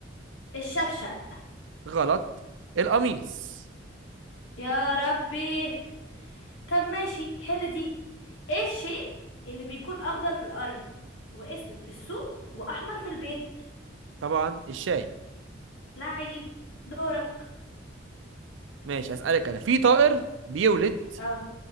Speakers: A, on the left; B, on the right.
A: الشفشق
B: غلط القميص
A: يا ربي طب ماشي حل دي ايه الشيء اللي بيكون اخضر في الارض واسود في السوق واحمر في البيت
B: طبعا الشاي
A: لعيب دورك
B: ماشي هسألك انا في طائر بيولد
A: اه